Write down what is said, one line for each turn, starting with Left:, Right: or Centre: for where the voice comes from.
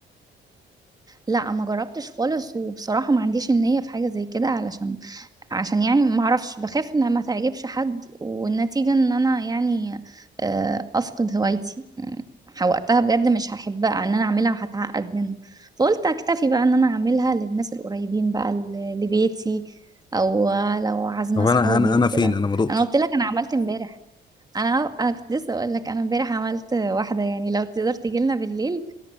Right: لا ما جربتش خالص وبصراحة ما عنديش النية في حاجة زي كده علشان عشان يعني ما اعرفش بخاف انها ما تعجبش حد والنتيجة ان انا يعني آه، افقد هوايتي م، وقتها بجد مش هحبها ان انا اعملها هتعقد منها فقلت اكتفي بقى ان انا اعملها للناس القريبين بقى ل- لبيتي او لو عازمة
Left: طب
Right: صحابي
Left: انا انا انا
Right: وكده
Left: فين انا ما دقتش
Right: انا قلت لك انا عملت امبارح انا انا كنت لسه اقول لك انا امبارح عملت واحدة يعني لو تقدر تجي لنا بالليل